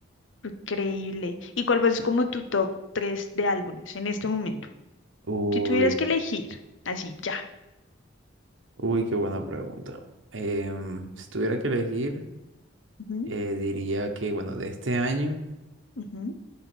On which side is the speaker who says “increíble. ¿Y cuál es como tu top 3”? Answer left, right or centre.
Left